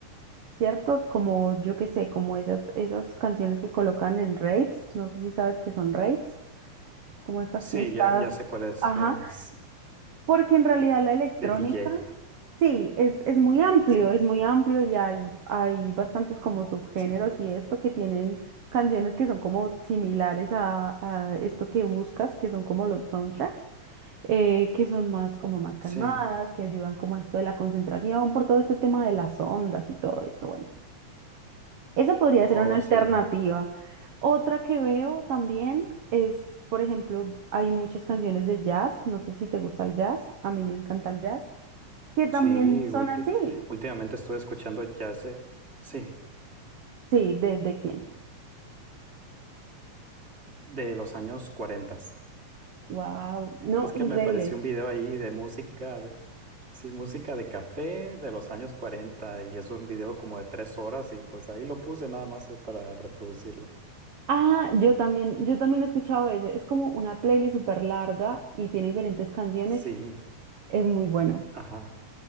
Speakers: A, on the right; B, on the right.
A: ¿cierto? Como yo qué sé, como esas, esas canciones que colocan en raves, no sé si sabes que son raves, como estas
B: Sí,
A: fiestas,
B: ya, ya sé cuál es,
A: ajá,
B: es
A: porque en realidad la electrónica,
B: de DJ.
A: sí, es, es muy amplio,
B: Sí,
A: es muy amplio y hay, hay bastantes como subgéneros
B: sí,
A: y esto que tienen canciones que son como similares a, a esto que buscas, que son como los soundtracks, eh, que son más como más calmadas,
B: sí.
A: que ayudan como a esto de la concentración, por todo este tema de las ondas y todo esto, bueno. Esa podría ser
B: Oh,
A: una alternativa.
B: sí.
A: Otra que veo también es, por ejemplo, hay muchas canciones de jazz, no sé si te gusta el jazz, a mí me encanta el jazz, que también
B: Sí,
A: son
B: ulti-
A: así.
B: últimamente estuve escuchando jazz de, sí,
A: Sí, ¿de, de quién?
B: de los años 40.
A: Wow, no,
B: Es que
A: increíble.
B: me apareció un video ahí de música, de, sí, música de café de los años 40 y es un video como de tres horas y pues ahí lo puse nada más eh, para reproducirlo.
A: Ah, yo también, yo también he escuchado ese. Es como una playlist súper larga y tiene diferentes canciones.
B: Sí,
A: Es muy bueno.
B: ajá,